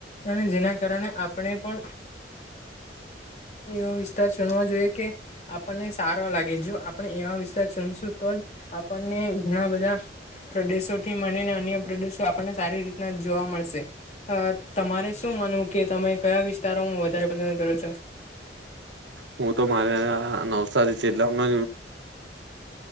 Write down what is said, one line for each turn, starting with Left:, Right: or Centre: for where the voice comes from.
Left: અને જેના કારણે આપણે પણ. એવો વિસ્તાર જોણવા જોઈએ કે. આપણને સારા લાગે જો આપણે એવા વિસ્તાર ચનશું તો જ આપણને ઘણા બધા. પ્રદેશોથી મળ ને અન્ય પ્રદેશો આપણને સારી રીતના જોવા મળશે. અ તમારે શું માનવું કે તમે કયા વિસ્તારોમાં વધારે પસંદ કરો છો.
Right: હું તો મારે નવસારીટલા મે.